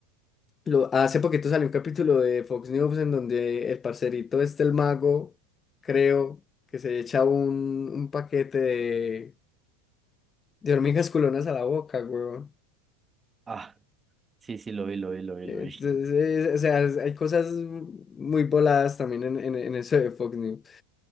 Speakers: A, on the left; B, on the right.
A: Lo, hace poquito salió un capítulo de Fox News en donde el parcerito este, el mago, creo que se echa un, un paquete de, de hormigas culonas a la boca, weón.
B: Ah, Sí, sí, lo vi, lo vi, lo vi,
A: Entonces,
B: lo vi. <laughs>
A: eh, o sea, es- hay cosas muy voladas también en, en, en eso de Fox News.